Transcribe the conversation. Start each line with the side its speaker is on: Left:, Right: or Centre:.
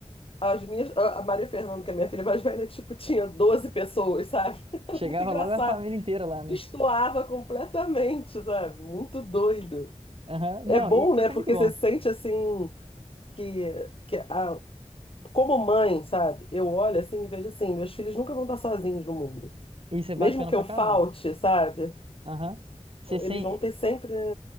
Left: as minhas, a a Maria Fernanda, que é minha filha mais velha, tipo, tinha 12 pessoas, sabe? <laughs> Era
Right: Chegava
Left: muito engraçado.
Right: logo a família inteira lá, né?
Left: Destoava completamente, sabe? Muito doido.
Right: Aham,
Left: É
Right: Não,
Left: bom,
Right: e- isso
Left: né? Porque
Right: é muito bom.
Left: você sente assim que, que a, como mãe, sabe? Eu olho assim e vejo assim, meus filhos nunca vão estar sozinhos no mundo.
Right: Isso é
Left: Mesmo
Right: bacana
Left: que
Right: pra
Left: eu
Right: caramba.
Left: falte, sabe?
Right: Aham. Você sem...
Left: Eles vão ter sempre